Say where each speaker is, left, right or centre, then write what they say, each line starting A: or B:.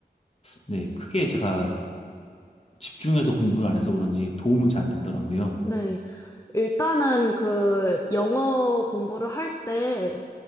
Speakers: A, on the left; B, on the left.
A: 네. 크게 제가 집중해서 공부를 안 해서 그런지 도움은 잘 안 됐더라고요.
B: 네. 일단은 그 영어 공부를 할 때